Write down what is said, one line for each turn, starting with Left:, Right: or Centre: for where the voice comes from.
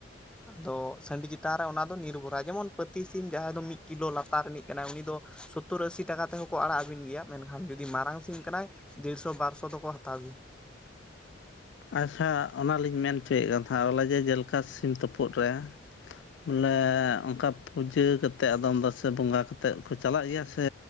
Centre: ᱟᱫᱚ ᱥᱟᱺᱰᱤ ᱪᱮᱛᱟᱱ ᱨᱮ ᱚᱱᱟ ᱫᱚ ᱱᱤᱨᱵᱷᱚᱨᱟᱭ᱾ ᱡᱮᱢᱚᱱ ᱯᱟᱹᱛᱤ ᱥᱤᱢ ᱡᱟᱦᱟᱸᱭ ᱫᱚ ᱢᱤᱜ ᱠᱤᱞᱳ ᱞᱟᱛᱟᱨ ᱨᱮᱱᱤᱡ ᱠᱟᱱᱟᱜ ᱩᱱᱤ ᱫᱚ ᱥᱳᱛᱛᱤᱨ ᱟᱥᱥᱤ ᱴᱟᱠᱟ ᱛᱮᱦᱚᱸ ᱠᱚ ᱟᱲᱟᱜ ᱟᱹᱵᱤᱱ ᱜᱮᱭᱟ᱾ ᱢᱮᱱᱠᱷᱟᱱ ᱡᱩᱫᱤ ᱢᱟᱨᱟᱝ ᱥᱤᱢ ᱠᱟᱱᱟᱭ ᱫᱮᱲᱥᱚ ᱵᱟᱨᱥᱚ ᱫᱚᱠᱚ ᱦᱟᱛᱟᱣ ᱜᱮᱭᱟ ᱾
Left: ᱟᱪᱪᱷᱟ ᱚᱱᱟᱞᱤᱧ ᱢᱮᱱ ᱪᱚᱭᱮᱜ ᱠᱟᱱ ᱛᱷᱟᱦᱮᱸ᱾ ᱦᱚᱞᱟ ᱡᱮ ᱡᱮᱞᱮᱠᱟ ᱥᱤᱢ ᱛᱳᱯᱳᱫ ᱨᱮ ᱵᱚᱞᱮ ᱚᱝᱠᱟ ᱯᱩᱡᱟᱹ ᱠᱟᱛᱮᱜ ᱟᱫᱚᱢ ᱫᱚ, ᱥᱮ ᱵᱚᱸᱜᱟ ᱠᱟᱛᱮᱜ ᱠᱚ ᱪᱟᱞᱟᱜ ᱜᱮᱭᱟ ᱥᱮ